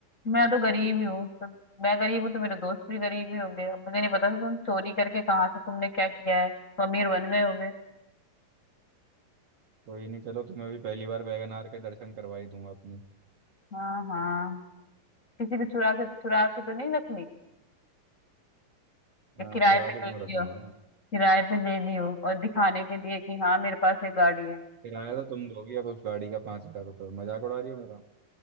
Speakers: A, on the left (about 45°); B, on the right (about 55°).
A: मैं तो गरीब ही हूँ तो मैं गरीब हूँ तो मेरे दोस्त भी गरीब ही होंगे अब मुझे नहीं पता था तुम चोरी करके कहाँ से तुमने क्या किया है तो अमीर बन गए होंगे
B: कोई नहीं चलो तुम्हें भी पहली बार वैगनार के दर्शन करवा ही दूंगा अपने
A: हाँ हाँ किसी को चुरा के चुरा के तो नहीं रख ली या
B: हाँ
A: किराए
B: चुरा
A: पे
B: के
A: ले
B: क्यों
A: लियो
B: रखूंगा
A: किराए पे ले लियो और दिखाने के लिए कि हाँ मेरे पास एक गाड़ी है
B: किराया तो तुम दोगी अब उस गाड़ी का पाँच हजार रुपये मजाक उड़ा रही हो मेरा